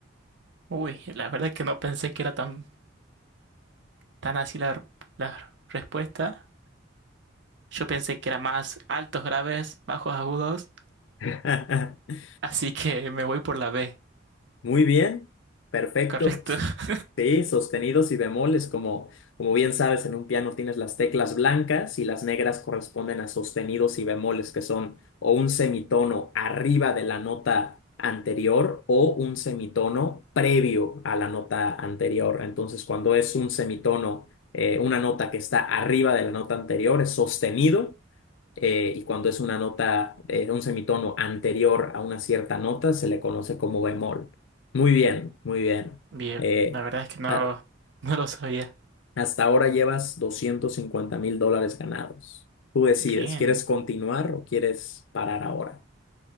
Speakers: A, on the right; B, on the left.
A: Uy, la verdad es que no pensé que era tan, tan así la, la respuesta. Yo pensé que era más altos graves, bajos agudos,
B: <laughs>
A: así que <laughs> me voy por la B.
B: Muy bien, perfecto.
A: Correcto. <laughs>
B: Sí, sostenidos y bemoles, como, como bien sabes, en un piano tienes las teclas blancas y las negras corresponden a sostenidos y bemoles, que son o un semitono arriba de la nota anterior o un semitono previo a la nota anterior. Entonces, cuando es un semitono, eh, una nota que está arriba de la nota anterior es sostenido eh, y cuando es una nota, eh, un semitono anterior a una cierta nota, se le conoce como bemol. Muy bien, muy bien.
A: Bien,
B: Eh,
A: la verdad es que no,
B: a-
A: no lo sabía.
B: hasta ahora llevas doscientos cincuenta mil dólares ganados. Tú decides,
A: Bien,
B: ¿quieres continuar o quieres parar ahora?